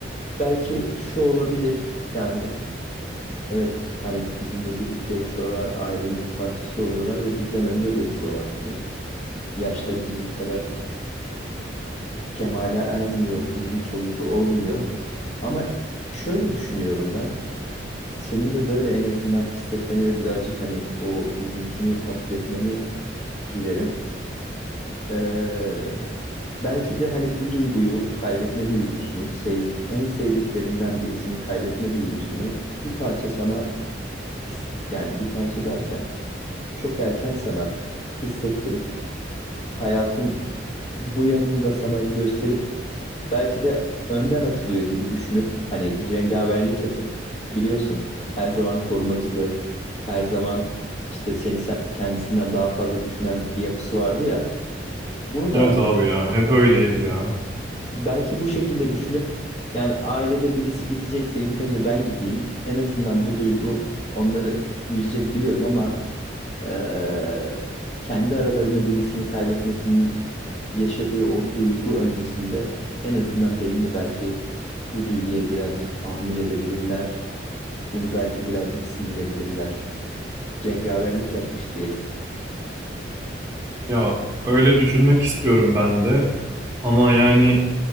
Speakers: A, on the left; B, on the right.
A: belki şu olabilir. Yani Evet, hani bizimle birlikte yaşıyorlar, ailenin bir parçası oluyorlar ve bizden önce göçüyorlar. Hani yaşları bizim kadar kemale ermiyor, uzun soluklu olmuyor. Ama şöyle düşünüyorum ben, senin de böyle en azından hissetmeni ve birazcık hani o üzüntünü hafifletmeni dilerim. Ee, belki de hani bu duyguyu, kaybetme duygusunu, sev, en sevdiklerinden birisini kaybetme duygusunu bir parça sana his, yani bir parça derken çok erken sana hissettirip hayatın bu yanını da sana gösterip belki de önden atılıyor gibi düşünüp hani cengaverlik yapıp biliyorsun her zaman korumacıydı. Her zaman işte seni sen- kendisinden daha fazla düşünen bir yapısı vardı ya. Bunu da
B: evet abi ya hep öyleydi ya.
A: belki bu şekilde düşünüp yani ailede birisi gidecekse ilk önce ben gideyim. En azından bu duygu onları üzecek biliyorum ama eee, kendi aralarında birisini kaybetmesinin yaşadığı o duygu öncesinde en azından benimle belki bu duyguya birazcık tahammül edebilirler. Bunu belki birazcık sindirebilirler. Cengaverlik yapmış diyelim.
B: Ya öyle düşünmek istiyorum ben de. Ama yani